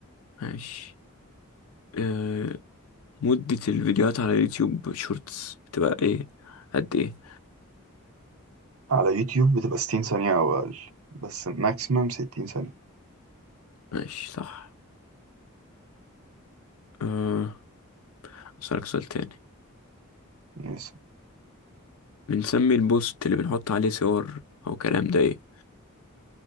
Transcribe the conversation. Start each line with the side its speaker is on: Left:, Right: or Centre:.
Left: ماشي أه مدة الفيديوهات على يوتيوب شورتس بتبقى ايه قد ايه
Right: على يوتيوب بتبقى 60 ثانية أو أقل بس ماكسيمم 60 ثانية
Left: ماشي صح أه أسألك سؤال تاني
Right: يس
Left: بنسمي البوست اللي بنحط عليه صور أو كلام ده ايه